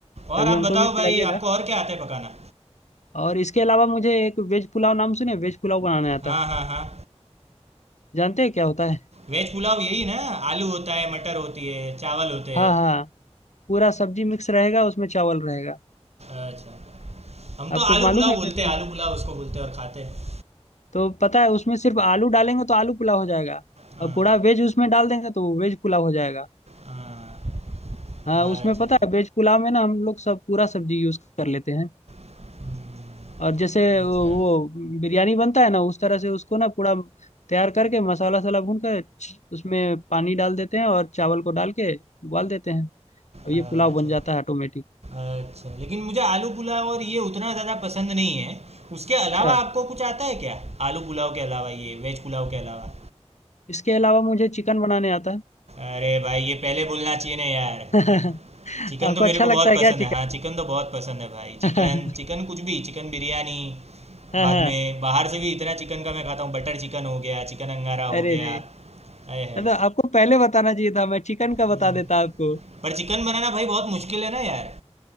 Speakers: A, on the right; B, on the left.
A: और
B: कभी
A: आप
B: हमको
A: बताओ
B: भी
A: भाई
B: पिलाइएगा
A: आपको और क्या आता है पकाना
B: और इसके अलावा मुझे एक वेज पुलाव नाम सुने वेज पुलाव बनाने आता
A: हाँ
B: है
A: हाँ हाँ
B: जानते हैं क्या होता है
A: वेज पुलाव यही ना आलू होता है मटर होती है चावल होते
B: हाँ
A: हैं
B: हाँ पूरा सब्जी मिक्स रहेगा उसमें चावल रहेगा
A: अच्छा हम
B: आपको
A: तो आलू
B: मालूम
A: पुलाव
B: है कैसे
A: बोलते
B: बनता
A: हैं आलू
B: है
A: पुलाव उसको बोलते हैं और खाते हैं
B: तो पता है उसमें सिर्फ आलू डालेंगे तो आलू पुलाव हो जाएगा
A: हाँ
B: और पूरा वेज उसमें डाल देंगे तो वो वेज पुलाव हो जाएगा
A: हाँ
B: हाँ
A: अच्छा
B: उसमें पता है वेज पुलाव में ना हम लोग सब पूरा सब्जी यूज कर लेते हैं
A: हम्म,
B: और जैसे वो
A: अच्छा
B: वो बिरयानी बनता है ना उस तरह से उसको ना पूरा तैयार करके मसाला वसाला भून कर छ- उसमें पानी डाल देते हैं और चावल को डाल के उबाल देते हैं और ये
A: अच्छा
B: पुलाव बन जाता है ऑटोमेटिक
A: अच्छा, लेकिन मुझे आलू पुलाव और ये उतना ज़्यादा पसंद नहीं है। उसके अलावा
B: अच्छा
A: आपको कुछ आता है क्या? आलू पुलाव के अलावा ये वेज पुलाव के अलावा।
B: इसके अलावा मुझे चिकन बनाने आता है
A: अरे भाई ये पहले बोलना चाहिए ना यार।
B: <laughs> आपको
A: चिकन तो मेरे
B: अच्छा
A: को
B: लगता
A: बहुत
B: है
A: पसंद
B: क्या
A: है।
B: चिकन
A: हाँ, चिकन तो बहुत पसंद है भाई।
B: <laughs>
A: चिकन चिकन कुछ भी चिकन बिरयानी
B: हाँ
A: बाद
B: हाँ
A: में बाहर से भी इतना चिकन का मैं खाता हूँ। बटर चिकन हो गया, चिकन अंगारा
B: अरे
A: हो गया।
B: रे
A: आय हाय!
B: तो आपको पहले बताना चाहिए था मैं चिकन का बता
A: हुँ,
B: देता आपको
A: पर चिकन बनाना भाई बहुत मुश्किल है ना यार।